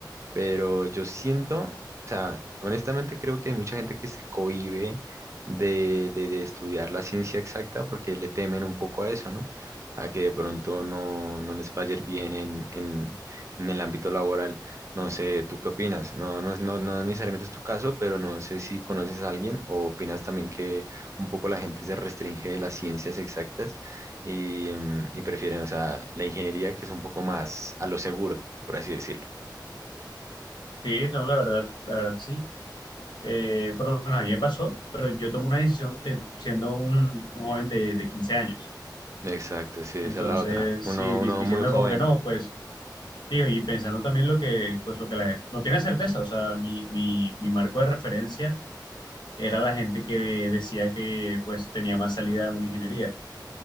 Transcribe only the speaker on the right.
pero yo siento, o sea, honestamente creo que hay mucha gente que se cohíbe de, de, de estudiar la ciencia exacta porque le temen un poco a eso, ¿no? A que de pronto no, no les vaya a ir bien en, en, en el ámbito laboral. No sé, ¿tú qué opinas? No, no, no, no necesariamente es tu caso, pero no sé si conoces a alguien o opinas también que un poco la gente se restringe de las ciencias exactas y, mm, y prefieren, o sea, la ingeniería que es un poco más a lo seguro, por así decirlo.
Exacto, sí,
esa es la otra. Uno,
uno
muy joven.